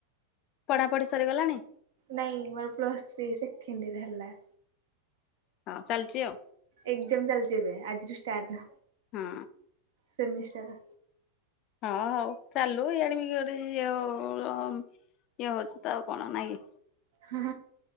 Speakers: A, on the left (about 35°); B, on the right (about 55°).
A: ପଢାପଢି ସରିଗଲାଣି?
B: ନାଇଁ ମୋର ପ୍ଲସ୍ ଥ୍ରୀ ସେକେଣ୍ଡ ଇୟର ହେଲା।
A: ହଁ ଚାଲିଛି ଆଉ।
B: ଏକ୍ଜାମ ଚାଲିଛି ଏବେ ଆଜିଠୁ ଷ୍ଟାର୍ଟ।
A: ହଁ।
B: ସେମିଷ୍ଟର।
A: ହଁ ହଉ ଚାଲୁ ଇଆଡେ ବି ଗୋଟେ ଇଏ ଇଏ ହଉଛି ତ ଆଉ କଣ ନାଇଁ।
B: ହଁ